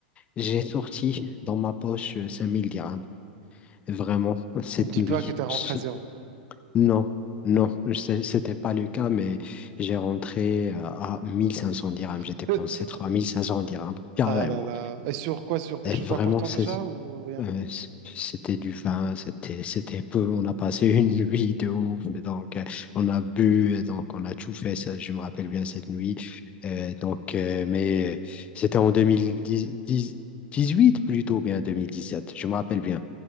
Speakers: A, on the left; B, on the right.
A: J'ai sorti dans ma poche euh, 5000 dirhams. Vraiment, cette
B: Ne me dis
A: nuit.
B: pas que tu as rentré
A: Je-
B: à zéro.
A: Non, non, c'est- c'était pas le cas, mais j'ai rentré à à 1500 dirhams. J'ai
B: <laughs>
A: dépensé 3500 dirhams, carrément.
B: Ah là là. Et sur quoi? Sur quelque
A: Et
B: chose
A: vraiment,
B: d'important
A: c'est
B: déjà ou rien?
A: Euh, c- c'était du vin, c'était c'était peu. On a passé <laughs> une nuit de ouf, et donc euh, on a bu, et donc on a tout fait. Ça, je me rappelle bien cette nuit. Euh, donc, euh, mais euh, c'était en deux mille dix huit plutôt, bien deux mille dix sept Je me rappelle bien.